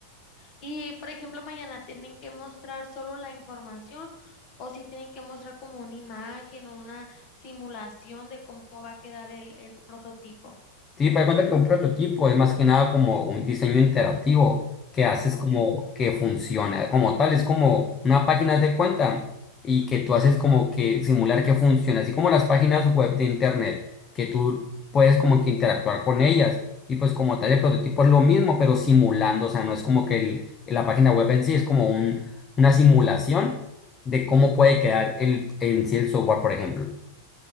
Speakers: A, on the left; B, on the left.
A: Y, por ejemplo, mañana tienen que mostrar solo la información o si tienen que mostrar como una imagen o una simulación de cómo va a quedar el, el prototipo.
B: Sí, para cuenta que un prototipo es más que nada como un diseño interactivo que haces
A: Ok.
B: como que funcione como tal, es como una página haz de cuenta y que tú haces como que simular que funciona, así como las páginas web de internet, que tú puedes como que interactuar con ellas y pues como tal el prototipo es lo mismo, pero simulando, o sea, no es como que el- la página web en sí, es como un, una simulación de cómo puede quedar el, en sí el software, por ejemplo.